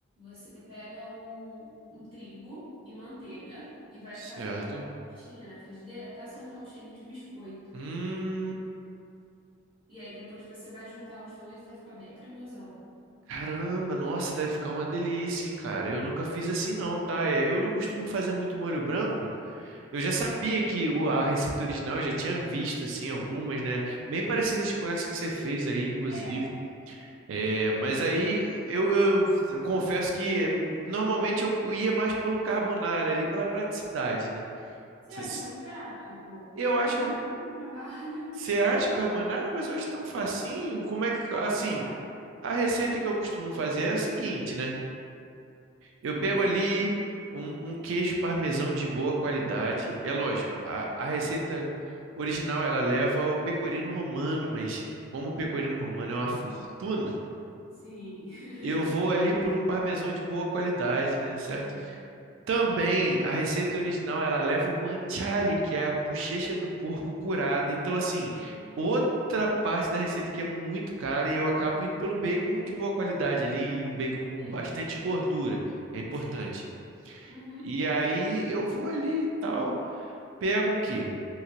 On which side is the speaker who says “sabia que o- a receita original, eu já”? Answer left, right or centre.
Right